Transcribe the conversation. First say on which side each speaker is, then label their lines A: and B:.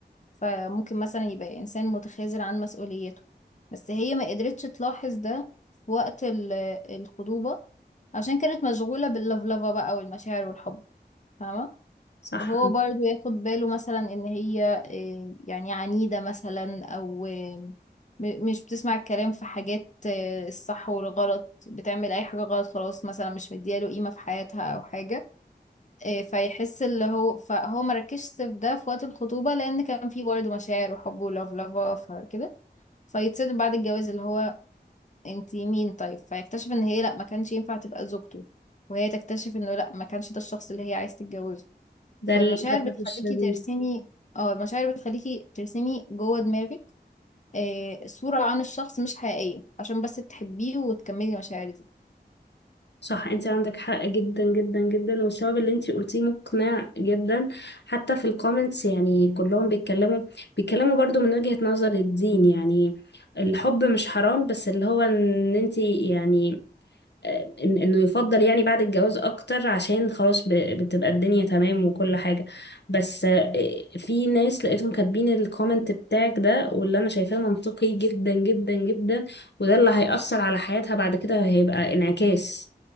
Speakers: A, on the left; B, on the left.
A: فممكن مثلا يبقى إنسان متخاذل عن مسؤوليته بس هي ما قدرتش تلاحظ ده في وقت ال- الخطوبة عشان كانت مشغولة باللفلفة بقى والمشاعر والحب فاهمة
B: صح
A: وهو برضو ياخد باله مثلا إن هي آه، يعني عنيدة مثلا أو آه، م- مش بتسمع الكلام في حاجات آه، الصح والغلط بتعمل أي حاجة غلط خلاص مثلا مش مدياله قيمة في حياتها أو حاجة إيه، فيحس اللي هو فهو ما ركزش في ده في وقت الخطوبة لأن كان في برضه مشاعر وحب ولاف لافا فكده فيتصدم بعد الجواز اللي هو انتي مين طيب فيكتشف ان هي لا ما كانش ينفع تبقى زوجته وهي تكتشف انه لا ما كانش ده الشخص اللي هي عايز تتجوزه
B: ده
A: فالمشاعر
B: للأسف
A: بتخليكي
B: الشديد
A: ترسمي اه المشاعر بتخليكي ترسمي جوه دماغك إيه صورة عن الشخص مش حقيقية عشان بس تحبيه وتكملي المشاعر دي
B: صح انت عندك حق جدا جدا جدا والسبب اللي انت قلتيه مقنع جدا حتى في الكومنتس يعني كلهم بيتكلموا بيتكلموا برضو من وجهة نظر الدين يعني الحب مش حرام بس اللي هو ان انت يعني آه، إن انه يفضل يعني بعد الجواز اكتر عشان خلاص ب- بتبقى الدنيا تمام وكل حاجة بس آه، في ناس لقيتهم كاتبين الكومنت بتاعك ده واللي انا شايفاه منطقي جدا جدا جدا وده اللي هيأثر على حياتها بعد كده هيبقى انعكاس